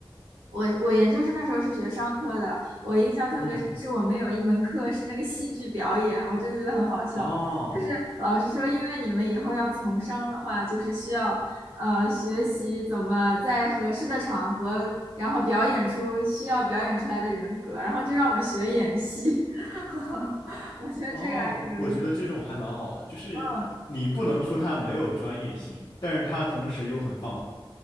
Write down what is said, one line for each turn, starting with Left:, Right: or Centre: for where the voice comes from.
Right: 我我研究生那时候是学商科的，我印象特别深，
Left: 嗯，
Right: 是我们有一门课是那个戏剧表演，我真的觉得很好笑。
Left: 哦
Right: 就是老师说，因为你们以后要从商的话，就是需要呃学习怎么在合适的场合，然后表演出需要表演出来的人格，然后就让我们学演戏。<laughs> 我觉得这个还挺有意思。
Left: 哦，我觉得这种还蛮好的，就是你不能说它没有专业性，
Right: 嗯，
Left: 但是它同时又很放。